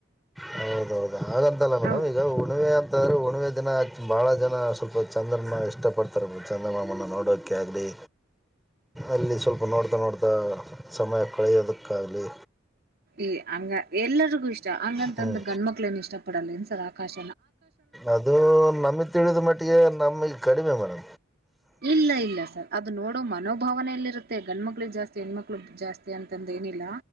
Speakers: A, in the centre; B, on the right.
A: ಹೌದೌದು ಹಾಗಂತಲ್ಲ ಮೇಡಮ್
B: ಹೌದು
A: ಈಗ ಉಣ್ಣಿವೆ ಅಂತಂದ್ರೆ ಉಣಿವೆ ದಿನ ಭಾಳ ಜನ ಸ್ವಲ್ಪ ಚಂದ್ರಮ್ಮ ಇಷ್ಟಪಡ್ತಾರೆ ಚಂದ್ರ ಮಾಮನ ನೋಡೋಕ್ಕೆ ಆಗಲಿ ಅಲ್ಲಿ ಸ್ವಲ್ಪ ನೋಡ್ತಾ ನೋಡ್ತಾ ಸಮಯ ಕಳೆಯೋದಕ್ಕಾಗಲಿ
B: ಏ ಹಂಗ ಎಲ್ಲರಿಗು ಇಷ್ಟ ಹಂಗಂತಂದ
A: ಹ್ಞೂ
B: ಗಂಡ್ಮಕ್ಳ ಏನು ಇಷ್ಟ ಪಡಲ್ಲ ಇನ್ಸರ್ ಆಕಾಶ
A: ಅದು ನಮಿ ತಿಳಿದ್ ಮಟ್ಟಿಗೆ ನಮಗ್ ಕಡಿಮೆ ಮೇಡ್
B: ಇಲ್ಲ ಇಲ್ಲ ಸರ್ ಅದು ನೋಡೋ ಮನೋಭಾವನೆ ಎಲ್ಲಿ ಇರುತ್ತೆ ಗಂಡ್ಮಕ್ಳ ಜಾಸ್ತಿ ಹೆಣ್ಮಕ್ಳು ಜಾಸ್ತಿ ಅಂತಂದ ಏನಿಲ್ಲ